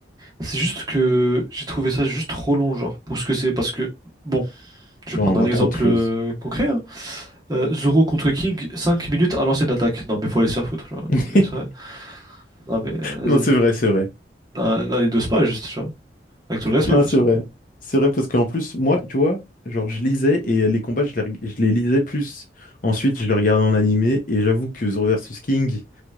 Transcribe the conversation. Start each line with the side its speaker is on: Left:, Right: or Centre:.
Right: c'est juste que j'ai trouvé ça juste trop long, genre pour ce que c'est, parce que bon, je vais
Left: Là,
Right: prendre
Left: on voit
Right: un exemple
Left: trop de choses.
Right: euh, concret. hein. Euh, Zoro contre King, 5 minutes à lancer une attaque. Non, mais faut aller se faire foutre, tu vois.
Left: <laughs>
Right: Non, mais ça. Non, mais euh, vas-y.
Left: Non, c'est vrai, c'est vrai.
Right: Non, non, il dose pas, juste, tu vois. Avec tout le respect,
Left: Non,
Right: bien
Left: c'est
Right: sûr.
Left: vrai. C'est vrai parce qu'en plus, moi, tu vois, genre, je lisais et les combats, je les, reg- je les lisais plus. Ensuite, je les regardais en animé et j'avoue que Zoro versus King,